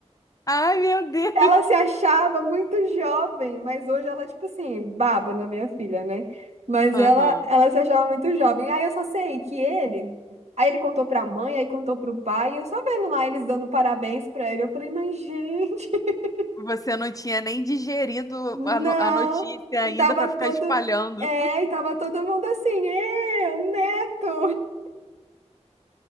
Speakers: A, on the left; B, on the right.
A: Ai, meu Deus.
B: Ela se achava muito jovem, mas hoje ela, tipo assim, baba na minha filha, né? Mas
A: Aham.
B: ela, ela se achava muito jovem. Aí eu só sei que ele. Aí ele contou pra mãe, aí contou pro pai, e eu só vendo lá eles dando parabéns pra ele. Eu falei, mas gente, <laughs>
A: Você não tinha nem digerido
B: não.
A: a, no- a notícia
B: E
A: ainda
B: tava
A: para
B: todo.
A: ficar espalhando.
B: É, e tava todo mundo assim, eu neto!